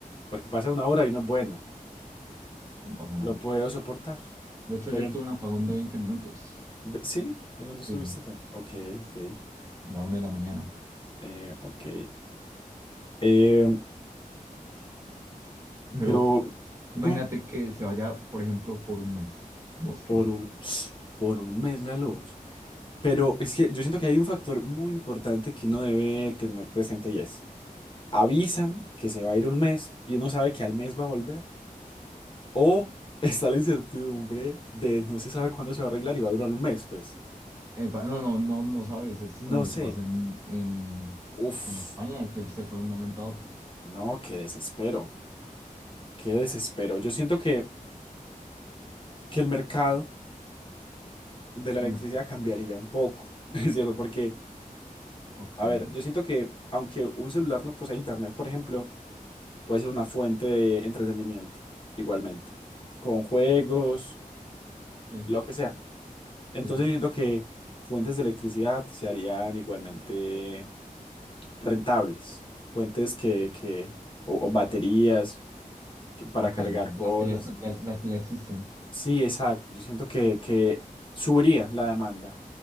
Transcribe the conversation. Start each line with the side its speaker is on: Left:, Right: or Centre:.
Left: Porque pasa una hora y uno, bueno,
Right: no pasa nada.
Left: lo puedo soportar.
Right: De hecho,
Left: Pero
Right: ayer
Left: en-
Right: tuve un apagón de 20 minutos.
Left: ve- sí, ¿en dónde estuviste
Right: Sí, sí,
Left: tú? Ok, ok,
Right: a la una de la mañana.
Left: eh, ok. Em, yo,
Right: Pero
Left: dime,
Right: Imagínate que se vaya, por ejemplo, por un mes. ¿Vos qué
Left: por
Right: haces?
Left: un, <sniffs> por un mes la luz. Pero es que yo siento que hay un factor muy importante que uno debe tener presente y es, avisan que se va a ir un mes y uno sabe que al mes va a volver. O <laughs> está la incertidumbre de no se sabe cuándo se va a arreglar y va a durar un mes, pues.
Right: Eh, pa- no, no, no, no sabes. Es como
Left: No
Right: lo
Left: sé.
Right: que pasó en, en,
Left: Uf,
Right: en España, que él se fue de un momento a otro.
Left: no, qué desespero. Qué desespero. Yo siento que, que el mercado de la
Right: El
Left: electricidad
Right: me-
Left: cambiaría un poco, <laughs> es cierto, porque,
Right: Ok,
Left: a
Right: sí,
Left: ver, yo siento que aunque un celular no posea internet, por ejemplo, puede ser una fuente de entretenimiento, igualmente, con juegos,
Right: sí,
Left: lo que sea. Entonces
Right: sí.
Left: yo siento que fuentes de electricidad se harían igualmente rentables, fuentes que, que o, o baterías que- para
Right: Ok,
Left: cargar
Right: las,
Left: cosas.
Right: las que ya están- ya- las que ya existen.
Left: Sí, exacto. Yo siento que, que subiría la demanda